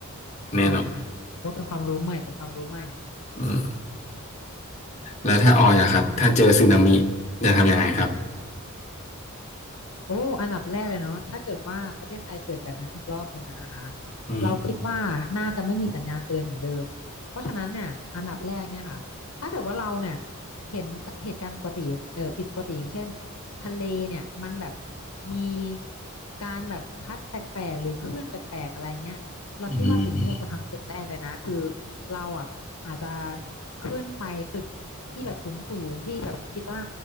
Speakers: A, on the left (about 30°); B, on the left (about 80°).
A: แน่นอน
B: ค่ะค่ะว่าเป็นความรู้ใหม่เป็นความรู้ใหม่
A: อืมแล้วถ้าออยอะครับถ้าเจอสึนามิจะทำยังไงครับ
B: อื โอ้อันดับแรกเลยเนาะถ้าเกิดว่าประเทศไทยเกิดแบบนั้นอีกรอบหนึ่งอะนะคะ
A: อืม
B: เราคิดว่าน่าจะไม่มีสัญญาณเตือนเหมือนเดิม เพราะฉะนั้นเนี่ยอันดับแรกเนี่ยค่ะถ้าเกิดว่าเราเนี่ยเห็นเหตุการณ์ปกติเออผิดปกติอย่างเช่นทะเลเนี่ยมันแบบมีการแบบพัดแปลกๆ หรือคลื่นแปลกๆ อะไรเงี้ย เราคิดว่าสิ่งที่เราจะทำสิ่งแรกเลยนะคือ
A: อืม
B: เราอ่ะอาจจะขึ้นไปตึกที่แบบสูงสูงที่แบบคิดว่า